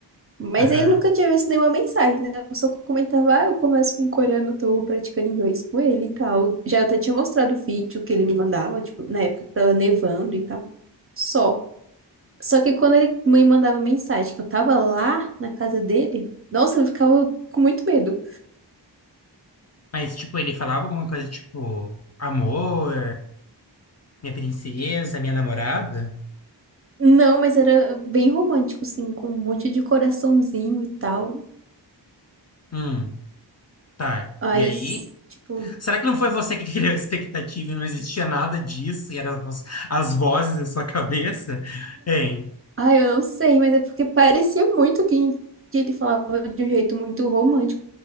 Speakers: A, on the right; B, on the left.
A: Mas
B: Aham.
A: ele nunca tinha visto nenhuma mensagem, né? Eu só comentava, ah, eu converso com um coreano, tô praticando inglês com ele e tal. Já até tinha mostrado o vídeo que ele me mandava, tipo, na época que tava nevando e tal. Só. Só que quando ele me mandava mensagem que eu tava lá na casa dele, nossa, eu ficava com muito medo.
B: Mas, tipo, ele falava alguma coisa tipo, amor, minha princesa, minha namorada?
A: Não, mas era bem romântico, assim, com um monte de coraçãozinho e tal.
B: Hum, tá.
A: Aí,
B: E aí?
A: s- tipo,
B: Será que não foi você que <laughs> criou a expectativa e não existia nada disso? E eram as, vo- as vozes da sua cabeça? Hein?
A: ah, eu não sei, mas é porque parecia muito que, que ele falava de um jeito muito romântico.